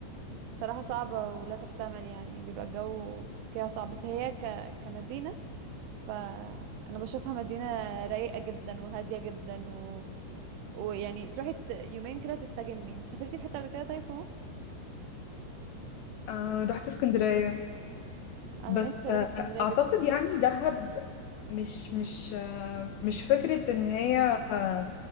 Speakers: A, on the right; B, on the left.
A: بصراحة صعبة ولا تحتمل يعني بيبقى الجو فيها صعب بس هي ك... كمدينة فأنا بشوفها مدينة رايقة جدا وهادية جدا و... ويعني تروحي ت... يومين كده تستجمي انت سافرتي في حتة قبل كده طيب في مصر؟
B: آه رحت اسكندرية
A: أنا
B: بس
A: نفسي أروح
B: آه
A: اسكندرية
B: أعتقد
A: جدا
B: يعني دهب مش مش آه مش فكرة إن هي آه